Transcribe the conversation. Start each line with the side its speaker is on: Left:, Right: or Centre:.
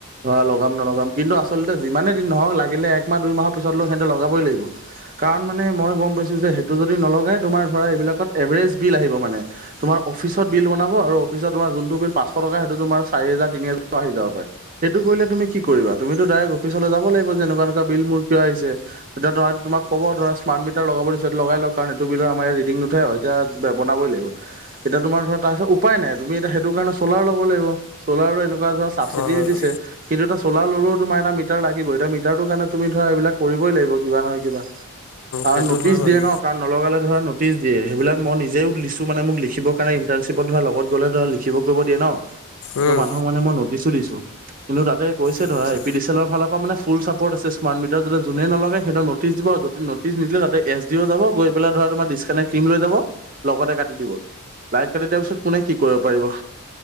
Right: ধৰা লগাম নলগাম কিন্তু আচলতে যিমানে দিন নহওক লাগিলে একমাহ দুই মাহৰ পিছত লও, সিহতে লগাবই, লাগিব কাৰণ মই গম পাইছোঁ যে মানে সেইটো যদি নলগায় তোমাৰ ধৰা এইবিলাকত এভাৰেজ বিল আহিব মানে তোমাৰ অফিচ বিল, বাব আৰু অফিত তমাৰ যোনটো বি পাঁচশ টকা সেইটো তোমাৰ চাৰ হাজাৰ, তিনি হাজাৰ আহি যাব পাৰে, সেইটো কৰিলে তুমি তুম কি কৰিবা তুমিয়ো ডাইৰেক্ অফিচলৈ যাব লাগ যেনেকুৱা এনেুৱা বি মোৰ কিয় আহ হৈছে, তেতিয়া ধৰা তোমাক ক'ব ধৰা স্মাৰ্ট মিটাৰ লগাব দি লগাই, লও কাৰণ এইটো বিলৰ আমাৰ ই, ৰিডিং নুঠে, এয়া বাবই লাগিব এতিয়া তোমাৰ ধৰা তাৰপিছত উপায় নাই তুমি এ সেইটো কাৰণে চলাৰ ল'ব লাগিব চলাৰৰ এনেকুৱা ধৰা চাবচিডি
Left: অঁ
Right: দি দিছে কিন্তু চোলা ললেও তোমাৰ এটা মিটাৰ লাগিব এতিয়া মিটাৰটোৰ কাৰণে তুমি ধৰা এইবিলাক কৰিবই লাগিবা নহয়িবা কাৰ
Left: সেইটো
Right: নটিচ
Left: হয় বাৰু
Right: দিয়ে ন কাৰণ নলগালে ধৰা নটি দিয়ে সেইবিলাক মই নিজও লিছো মান মোক লিখিব কাৰণেণ্টাৰশ্বপত ধ লগত গ'লে ধ লিখিব কৰিব দিয়ে ন
Left: উম,
Right: ত মানুহক মানে মই নটিচো দিছো কিন্তু তাতেৈছে
Left: আচ্ছা
Right: ধৰা এ পি ডিচ এলৰ ফালৰ পৰা মানে ফুল চাপৰ্টছে স্ম্ট মিটাৰ যদি যোনে নলগে সহত নটি দিব পিছ নিদিলে তাতে এছ ডি অ যাব গৈ পেলাই ধৰা তোমাৰ ডিচকানেক্ট ক্ৰীম লৈ যাব লগতে কাটি দিব লাইট কাটি দিয়াৰ পিছত পোনে কি কৰিব পাৰিব